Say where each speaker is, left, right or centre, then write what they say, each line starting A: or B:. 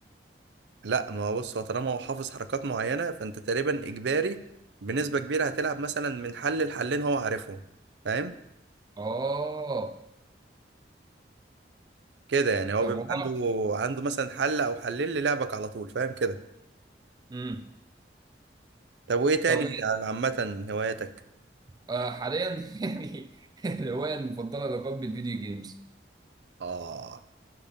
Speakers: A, on the right; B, on the right.
A: لا ما هو بص هو طالما هو حافظ حركات معينة فأنت تقريبا إجباري بنسبة كبيرة هتلعب مثلا من حل لحلين هو عارفهم فاهم
B: اه
A: كده يعني هو
B: طب
A: بيبقى
B: والله
A: عنده عنده مثلا حل أو حلين للعبك على طول فاهم كده
B: امم
A: طب وإيه تاني
B: طب
A: يعني عامة هواياتك؟
B: آه، حاليا <laughs> يعني الهوايه المفضله لقلب الفيديو جيمز
A: آه